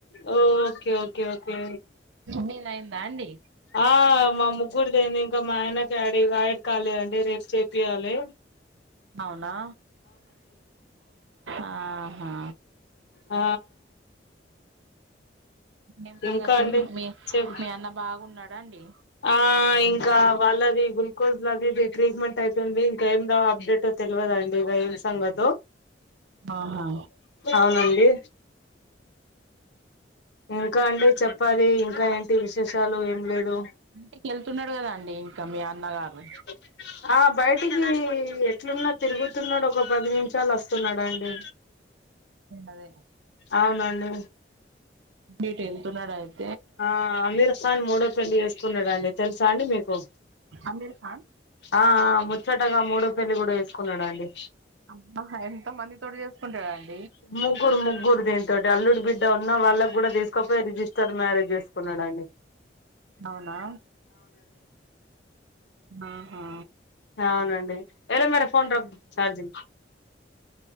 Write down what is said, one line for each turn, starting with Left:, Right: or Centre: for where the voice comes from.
Left: ఓ ఓకే ఓకే ఓకే
Right: మీది అయిందా అండి
Left: ఆ మా ముగ్గురుదియింది ఇంకా మా అయన ఆడ్ కాలే అండి రేపు చేయిపియాలి
Right: అవునా ఆహా
Left: ఆ
Right: ఏం సంగతి
Left: ఇంకా అండి
Right: మీ
Left: చెప్
Right: మీ అన్న బాగున్నాడాండి
Left: ఆ ఇంకా వాళ్ళది గుల్ కోజ్ లదిది ట్రీట్మెంట్ అయితుంది ఇంకా ఏమి అప్డేట్ అవు తెలువదండి ఇగ ఏం సంగతో
Right: ఆహా
Left: అవునండి ఇంకా అండి చెప్పాలి ఇంకా ఏంటి విశేషాలు ఏం లేదు
Right: ఇట్ల ఎళ్తున్నాడు కదా అండి ఇంకా మీ అన్నగారు
Left: పిట్టా ఆ బయటికి ఎట్లున్నా తిరుగుతున్నడు ఒక పది నిమిషాలు వస్తున్నాడండి
Right: అదే
Left: అవునండి
Right: ఎట్ ఏళ్తున్నాడండి
Left: ఆ అమీర్ఖాన్ మూడో పెళ్లి చేసుకున్నడండి తెలుసా అండి మీకు
Right: అమీర్ ఖాన్
Left: ఆ ఆ ముచ్చటగా మూడో పెళ్లి కూడా చేసుకున్నాడండి
Right: అబ్బా అమ్ ఎంత మందితోటి చేసుకుంటడండి
Left: ము ముగ్గురు ముగ్గురు దీనితోటి అల్లుడి బిడ్డ ఉన్న వాళ్ళకి కూడా తీసుకపోయి రిజిస్టర్ మ్యారేజ్ చేసుకున్నడండి
Right: అవునా ఆహా
Left: అవునండి ఎలో మేర ఫోన్ రక్ చార్జింగ్